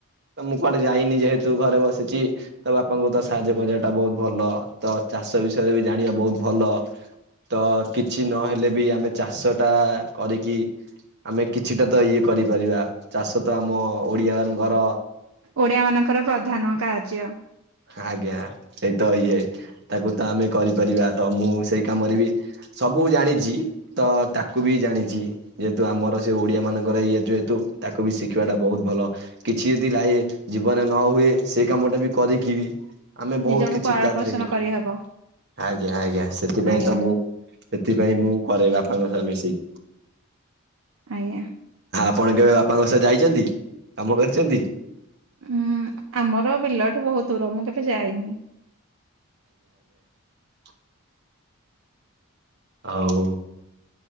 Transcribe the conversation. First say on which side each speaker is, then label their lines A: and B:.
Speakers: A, on the right (about 50°); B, on the right (about 70°).
A: ତ ମୁଁ କୁଆଡେ ଯାଇନି ଯେହେତୁ ଘରେ ବସିଚି ତ ବାପାଙ୍କୁ ତ ସାହାଯ୍ୟ କରିବାଟା ବହୁତ ଭଲ ତ ଚାଷ ବିଷୟରେ ବି ଜାଣିବା ବହୁତ ଭଲ ତ କିଛି ନହେଲେ ବି ଆମେ ଚାଷ ଟା କରିକି ଆମେ କିଛିଟା ତ ଇଏ କରିପାରିବା ଚାଷ ତ ଆମ ଓଡିଆଙ୍କର
B: ଓଡିଆ ମାନଙ୍କର ପ୍ରଧାନ କାର୍ଯ୍ୟ
A: ଆଜ୍ଞା ସେଇତ ଇଏ ତାକୁ ତ ଆମେ କରିପାରିବା ତ ମୁଁ ସେଇ କାମରେ ବି ସବୁ ଜାଣିଚି ତ ତାକୁ ବି ଜାଣିଚି ଯେହେତୁ ଆମର ସେ ଓଡିଆ ମାନଙ୍କର ଇଏ ଯେହେତୁ ତାକୁ ବି ଶିଖିବା ଟା ବହୁତ ଭଲ କିଛି ଯଦି ଲାଇ ଜୀବନ ରେ ନ ହୋଉ ଏ ସେଇ କାମଟା ବି କରି କି ଆମେ ବହୁତ
B: ନିଜକୁ
A: କିଛି
B: ପରିପୋଷଣ
A: ତା ଥିରେ
B: କରିହବ।
A: ଆଜ୍ଞା ଆଜ୍ଞା ସେଥିପାଇଁ
B: ଆଜ୍ଞା
A: ତ ମୁଁ ସେଥିପାଇଁ ମୁଁ କରେ ବାପାଙ୍କ ତ ମିସିକି
B: ଆଜ୍ଞା।
A: ଆପଣ କେବେ ବାପାଙ୍କ ସହ ଯାଇଚନ୍ତି କାମ କରିଚନ୍ତି?
B: ଉୁଁ ଆମର ବିଲଠୁ ବହୁତ ଦୂର ମୁଁ କେବେ ଯାଇନି।
A: ତ <unintelligible> ଆଉ